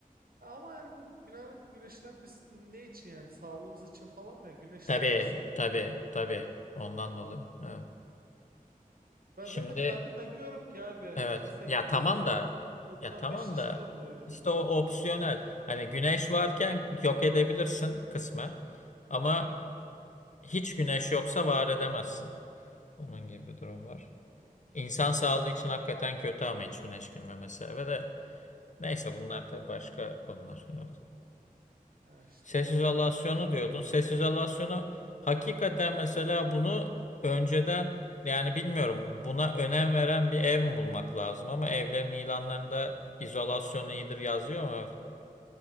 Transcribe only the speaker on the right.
ama yani bu bina güneşlenmesin ne için yani sağlığımız için falan mı ya güneşlenmesin
ya.
Ben
zaten perde takıyorum ki abi yani
yüzde seksen
doksan
doksan
95'i şey
oluyor yani.
Yani,
yani işte
o